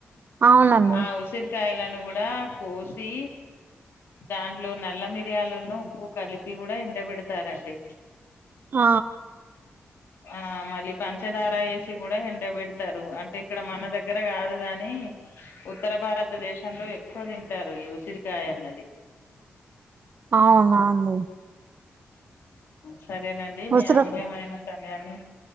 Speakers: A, on the right (about 55°); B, on the left (about 80°).
A: అవునండి
B: ఆ ఉసిర్కాయల ల్ల కూడ కోసి దాంట్లో నల్ల మి మియాలున్ను ఉప్పు కలిపి కూడా ఎండబడతారండి
A: ఆ
B: ఆ మళ్ళీ పంచదార వేసి కూడా ఎండబెడతారు. అంటే ఇక్కడ మన దగ్గర కాదు గాని ఉత్తర భారత దేశంలో ఎక్కువ తింటారు ఈ ఉసిరికాయ అన్నది
A: అవునాండి
B: సరేనండి మీ
A: ఉసిరి
B: అమూల్యమైన అని